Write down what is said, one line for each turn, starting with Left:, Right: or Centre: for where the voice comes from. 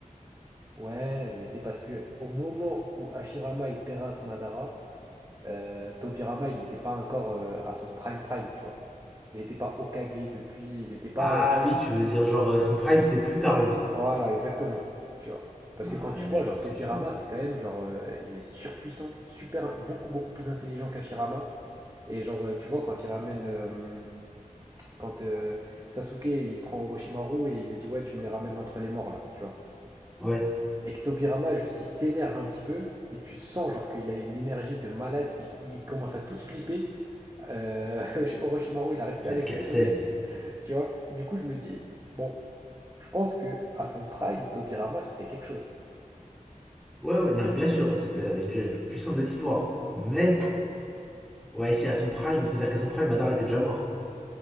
Right: Ouais, mais c'est parce que au moment où Hashirama il terrasse Madara, euh, Tobirama, il n'était pas encore euh, à son prime prime, tu vois. Il n'était pas Hokage depuis, il n'était pas,
Centre: Ah
Right: euh, tu vois.
Centre: oui, tu veux dire, genre, euh, son Prime, c'était plus tard, lui.
Right: Voilà, exactement, tu vois. Parce
Centre: Ouais,
Right: que quand tu vois,
Centre: je
Right: genre
Centre: vois ce
Right: Tobirama,
Centre: que tu veux dire.
Right: c'est quand même genre, euh, il est surpuissant, super, beaucoup beaucoup plus intelligent qu'Hashirama. Et genre, euh, tu vois, quand il ramène, euh, quand euh, Sasuke, il prend Orochimaru et il lui dit, ouais, tu me les ramènes d'entre les morts là, tu vois.
Centre: Ouais,
Right: Et que Tobirama, juste, il s'énerve un petit peu, et tu sens genre qu'il a une énergie de malade, il, il commence à tous flipper, Euh, <laughs> Orochimaru, il n'arrive plus
Centre: Vince
Right: à les
Centre: Kelsen.
Right: contrôler. Tu vois? Du coup, je me dis, bon, je pense que à son prime, Tobirama, c'était quelque chose.
Centre: Ouais, ouais, non, mais bien sûr, ça devait être un des ninjas les plus puissants de l'histoire. Mais, ouais, si, à son prime, c'est-à-dire qu'à son prime, Madara était déjà mort.